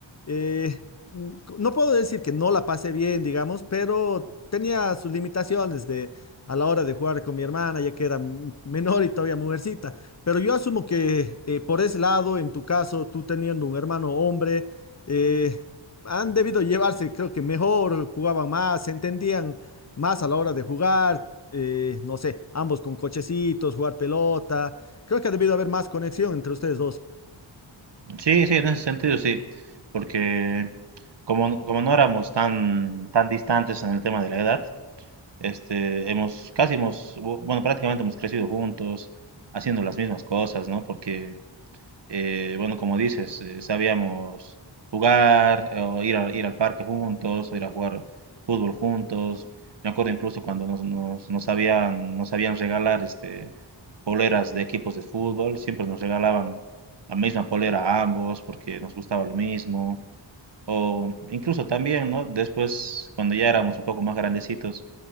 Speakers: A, on the left; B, on the right.
A: eh, mm, no puedo decir que no la pasé bien, digamos, pero tenía sus limitaciones de a la hora de jugar con mi hermana, ya que era m- menor y todavía mujercita. Pero yo asumo que eh, por ese lado, en tu caso, tú teniendo un hermano hombre, eh, han debido llevarse, creo que mejor, jugaban más, se entendían más a la hora de jugar, eh, no sé, ambos con cochecitos, jugar pelota. Creo que ha debido haber más conexión entre ustedes dos.
B: Sí, sí, en ese sentido sí, porque como, como no éramos tan, tan distantes en el tema de la edad, Este, hemos, casi hemos, bu- bueno, prácticamente hemos crecido juntos, haciendo las mismas cosas, ¿no? Porque, eh, bueno, como dices, eh, sabíamos jugar, o ir a- ir al parque juntos, o ir a jugar fútbol juntos. Me acuerdo incluso cuando nos, nos, nos habían, nos habían regalar, este, poleras de equipos de fútbol, siempre nos regalaban la misma polera a ambos porque nos gustaba lo mismo. O incluso también, ¿no? Después, cuando ya éramos un poco más grandecitos,